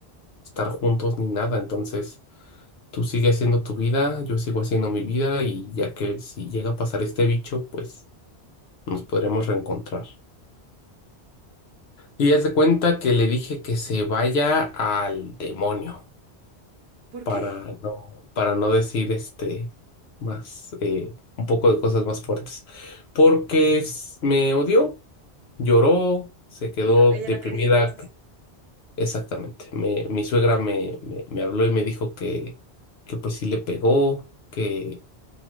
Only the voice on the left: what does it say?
estar juntos ni nada. Entonces, tú sigue haciendo tu vida, yo sigo haciendo mi vida y ya que si llega a pasar este bicho, pues nos podremos reencontrar. Y haz de cuenta que le dije que se vaya al demonio.
para
no, para no decir este más eh, un poco de cosas más fuertes. Porque s- me odió, lloró, se quedó
deprimida.
Exactamente. Me, mi suegra me, me, me habló y me dijo que, que pues sí le pegó, que,